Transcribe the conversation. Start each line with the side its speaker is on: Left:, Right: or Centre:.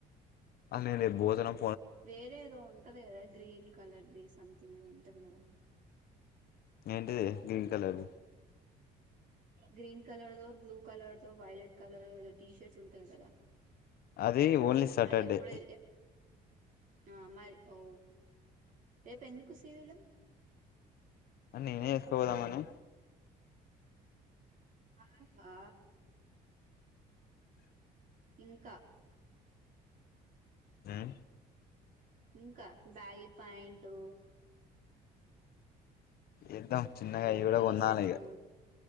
Left: ఆ లేద్ లేదు భోజనం
Right: వేరే ఏదో ఉంటది కదా గ్రీన్ కలర్ది సంథింగ్ ఏదో ఉంటది కదా.
Left: ఏంటే గ్రీన్ కలర్
Right: గ్రీన్ కలర్దో బ్లూ కలర్దో వైలెట్ కలర్దో ఏదో టీ షర్ట్స్ ఉంటంది కదా.
Left: అది ఓన్లీ సాటర్డే
Right: అది ఎప్పుడే ఆ మరి ఓ రేపు ఎందుకు సీరిలు
Left: నేనే చేసుకోపోదామ్ అని
Right: ఆ ఆహా ఇంకా
Left: ద్యా
Right: ఇంకా బ్యాగి ప్యాంటు
Left: ఏద్దాం చిన్నగా
Right: ఆ
Left: ఇడా
Right: టీ
Left: కొనాలిగా
Right: షర్టు